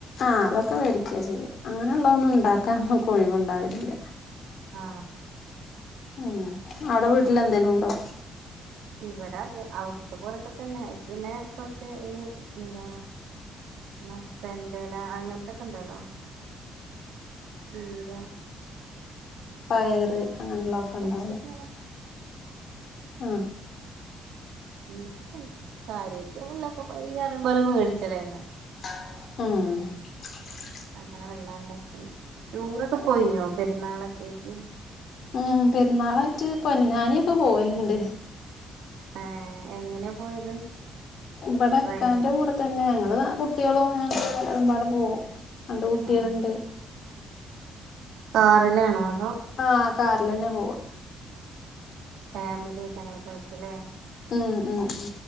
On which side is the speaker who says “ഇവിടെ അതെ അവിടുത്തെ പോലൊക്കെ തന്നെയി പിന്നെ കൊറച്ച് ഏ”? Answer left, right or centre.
Right